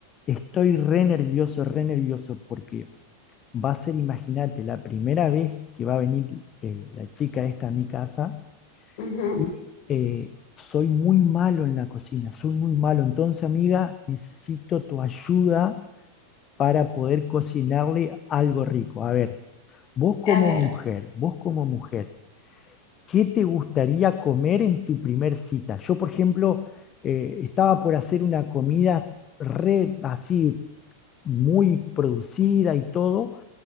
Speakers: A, on the left; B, on the left.
A: Estoy re nervioso, re nervioso, porque va a ser, imagínate, la primera vez que va a venir eh, la chica esta a mi casa
B: Ujú.
A: y eh, soy muy malo en la cocina, soy muy malo. Entonces, amiga, necesito tu ayuda para poder cocinarle algo rico. A ver, vos como
B: A ver,
A: mujer, vos como mujer, ¿Qué te gustaría comer en tu primer cita? Yo, por ejemplo, eh, estaba por hacer una comida re así, muy producida y todo,